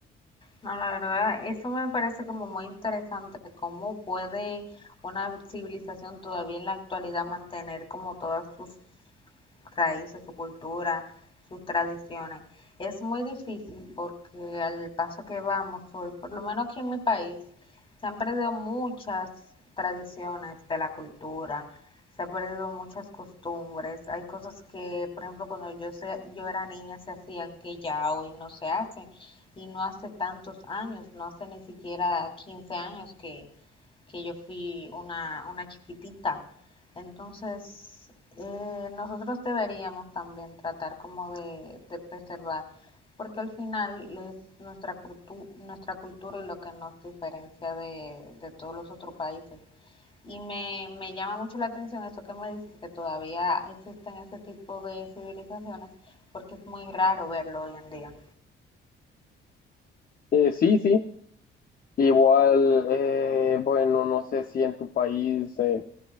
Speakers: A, on the left (about 25°); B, on the left (about 45°).
A: No, la verdad, eso me parece como muy interesante, cómo puede una civilización todavía en la actualidad mantener como todas sus raíces, su cultura, sus tradiciones. Es muy difícil porque al paso que vamos hoy, por lo menos aquí en mi país, se han perdido muchas tradiciones de la cultura, se han perdido muchas costumbres. Hay cosas que, por ejemplo, cuando yo, se- yo era niña se hacían que ya hoy no se hacen y no hace tantos años, no hace ni siquiera 15 años que que yo fui una, una chiquitita. Entonces, eh, nosotros deberíamos también tratar como de, de preservar, porque al final es nuestra, cultu- nuestra cultura y lo que nos diferencia de, de todos los otros países. Y me, me llama mucho la atención esto que me dices, que todavía existen ese tipo de civilizaciones, porque es muy raro verlo hoy en día.
B: Eh, sí, sí, igual, eh, bueno, no sé si en tu país eh,